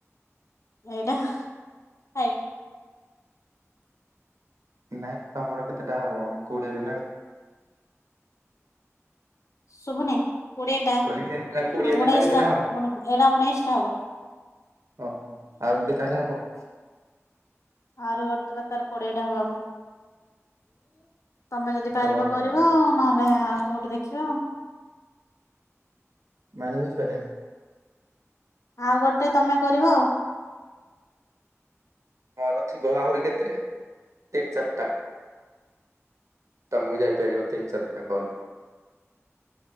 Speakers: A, on the left (about 75°); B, on the right (about 80°).
A: ଏଇଟା ଫାଇଭ।
B: ନାଇଁ ତମର କେତେଟା ହବ କୋଡିଏ ରେ ନା
A: ଶୁଭୁନି କୋଡିଏଟା
B: କହିଲି କେତେଟା କୋଡିଏଟା
A: ଉଣେଇଶ
B: ନା କେତେଟା
A: ଟା ଏଟା ଉଣେଇଶ ଟା ହବ।
B: ଓ ହୋ ଆଉ ଗୋଟେ ତାହେଲେ ହବ?
A: ଆହୁରି ଗୋଟେ ଦରକାର କୋଡ଼ିଏ ଟା ହବାକୁ। ତମେ ଯଦି ପାରିବ
B: ତ ଆଉ
A: କରିବ, ନହେଲେ ଆଉ କୋଉଠି ଦେଖିବା ଆଉ।
B: <unintelligible>
A: ଆଉ ଗୋଟେ ତମେ କରିବ ଆଉ।
B: ମୋର ଥିବ ଆହୁରି କେତେ ତିନି ଚାରିଟା। ତ ମୁଁ ଯାଇ ପାରିବ ତିନି ଚାରି ଟା କଲ।